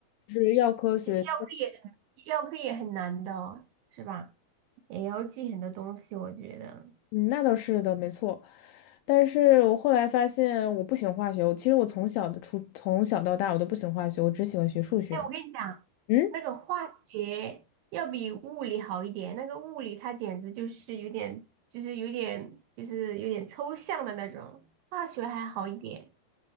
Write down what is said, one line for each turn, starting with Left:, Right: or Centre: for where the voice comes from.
Left: 是药科学，
Right: 其实药科也药科也很难的哦是吧？也要记很多东西，我觉得。
Left: 嗯，那倒是的，没错。但是我后来发现我不喜欢化学，我其实我从小的初从小到大我都不喜欢化学，我只喜欢学数学。
Right: 哎，我跟你讲，
Left: 嗯。
Right: 那个化学要比物理好一点，那个物理它简直就是有点，就是有点，就是有点抽象的那种，化学还好一点。